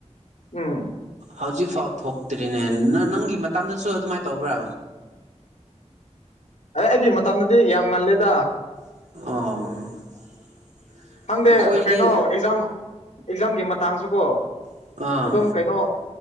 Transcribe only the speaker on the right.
ꯍꯧꯖꯤꯛꯐꯥꯎ ꯊꯣꯛꯇ꯭ꯔꯤꯅꯦ ꯅꯪꯒꯤ ꯃꯇꯝꯗꯁꯨ ꯑꯗꯨꯃꯥꯏꯅ ꯇꯧꯕ꯭ꯔꯥ
ꯑꯣ
ꯑꯩꯈꯣꯏꯗꯤ
ꯑꯥ